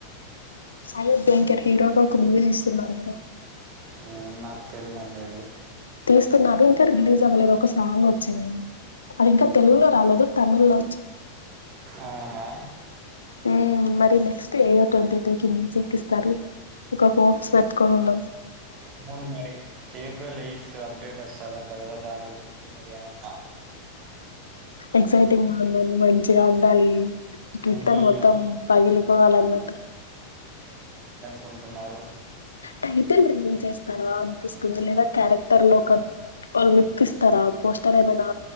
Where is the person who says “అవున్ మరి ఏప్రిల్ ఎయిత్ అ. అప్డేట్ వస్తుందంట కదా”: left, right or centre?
Right